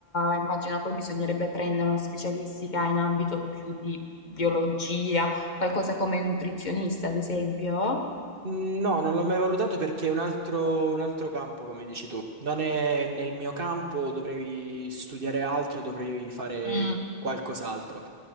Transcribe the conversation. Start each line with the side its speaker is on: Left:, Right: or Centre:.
Left: immagino poi bisognerebbe prendere una specialistica in ambito più di biologia, qualcosa come nutrizionista, ad esempio?
Right: No, non l'ho mai valutato perché è un altro, un altro campo, come dici tu. Non è nel mio campo, dovrei studiare altro, dovrei fare
Left: Mm.
Right: qualcos'altro.